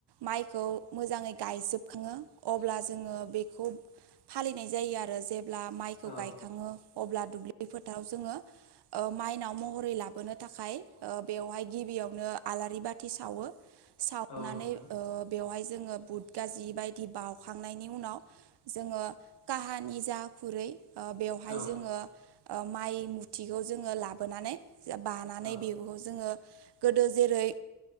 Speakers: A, on the right (about 80°); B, on the left (about 80°).
A: माइखौ मोजाङै गायजोबखाङो अब्ला जोङो बेखौ फालिनाय जायो आरो जेब्ला माइखौ
B: औ
A: गायखाङो अब्ला दुब्लि फोथाव जोङो ओ माइनाव महरै लाबोनो थाखाय ओ बेवहाय गिबियावनो आलारि बाथि सावो सावनानै
B: औ नोंथां
A: ओ बेवहाय जोङो बुद गाजि बायदि बाउखांनायनि उनाव जोङो काहानि जा खुरै ओ बेवहाय
B: औ
A: जोङो ओ माइ मुथिखौ जोङो लाबोनानै बानानै
B: औ
A: बेखौ जोङो गोदो जेरै